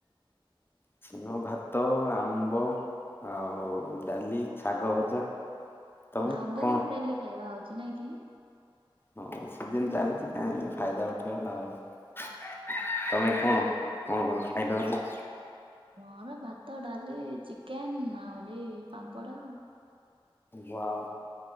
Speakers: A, on the left; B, on the right.
A: <unintelligible> ଭାତ ଆମ୍ବ ଆଉ ଡାଲି ଶାଗ ଭଜା ତମେ
B: ଆମ୍ବ
A: କଣ?
B: କିନ୍ତୁ ଡେଲି ଖାଇବା ହଉଚି ନାଇଁକି?
A: ହଁ ସିଜନ୍ ଚାଲିଚି କାହିଁକି ଫାଇଦା ଉଠେଇବା ଆଉ। ତମେ କଣ କଣ କଣ ଖାଇଲ ଆଜି?
B: ମୋର ଭାତ ଡାଲି ଚିକେନ୍ ଆହୁରି ପାମ୍ପଡ଼।
A: ବାଉ